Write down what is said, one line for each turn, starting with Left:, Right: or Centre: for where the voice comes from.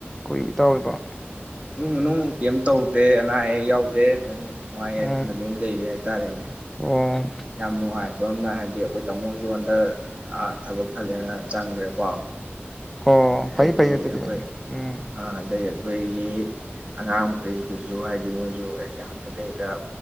Centre: ꯈꯣꯏ ꯏꯇꯥꯎꯒꯤꯕꯨ
Right: ꯏꯃꯨꯡ ꯃꯅꯨꯡ ꯀꯦꯝ ꯇꯧꯗꯦ ꯑꯅꯥ ꯑꯌꯦꯛ ꯌꯥꯎꯗꯦ ꯅꯨꯡꯉꯥꯏ
Centre: ꯎꯝ
Right: ꯌꯥꯏꯐꯅ ꯂꯣꯏ ꯂꯩꯔꯤ ꯍꯥꯏꯇꯥꯔꯦꯅꯦ
Centre: ꯑꯣ
Right: ꯌꯥꯝ ꯅꯨꯡꯉꯥꯏ ꯑꯗꯣꯝꯅ ꯍꯥꯏꯗꯤ ꯑꯩꯈꯣꯏ ꯇꯥꯃꯣꯁꯨ ꯍꯟꯇꯛ ꯑ ꯊꯕꯛ ꯈꯜꯂꯦꯅ ꯆꯪꯈ꯭ꯔꯦꯀꯣ
Centre: ꯑꯣ
Right: ꯑꯗꯒꯤ
Centre: ꯐꯩ ꯐꯩ ꯑꯗꯨꯗꯤ
Right: ꯑꯩꯈꯣꯏ
Centre: ꯎꯝ
Right: ꯑꯗꯩ ꯑꯩꯈꯣꯏꯒꯤ ꯑꯉꯥꯡ ꯃꯈꯩꯗꯨꯁꯨ ꯍꯥꯏꯗꯤ ꯃꯣꯏꯁꯨ ꯑꯦꯛꯖꯥꯝꯗ ꯀꯩꯗ